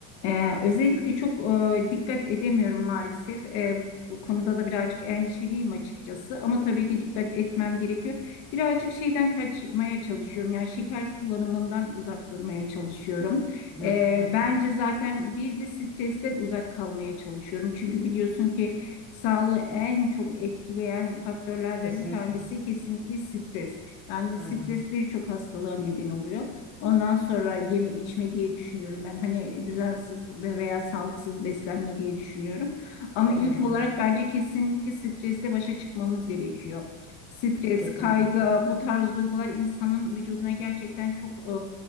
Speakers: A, on the left; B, in the centre.
A: Ee, özellikle çok e, dikkat edemiyorum maalesef. Ee, bu konuda da birazcık endişeliyim açıkçası. Ama tabii ki dikkat etmem gerekiyor. Birazcık şeyden kaçmaya çalışıyorum. Yani şeker kullanımından uzak durmaya çalışıyorum.
B: Hı
A: Ee,
B: hı hı.
A: bence zaten bir de stresten uzak kalmaya çalışıyorum. Çünkü biliyorsun ki sağlığı en çok etkileyen faktörlerden
B: Kesinlikle.
A: bir tanesi kesinlikle stres. Yani
B: Hı
A: stres
B: hı.
A: birçok hastalığa neden oluyor. Ondan sonra yeme içme diye düşünüyorum ben. Hani düzensiz veya sağlıksız beslenme diye düşünüyorum. Ama ilk
B: hı hı.
A: olarak bence kesinlikle stresle başa çıkmamız gerekiyor. Stres,
B: Kesinlikle.
A: kaygı, bu tarz duygular insanın vücuduna gerçekten çok e,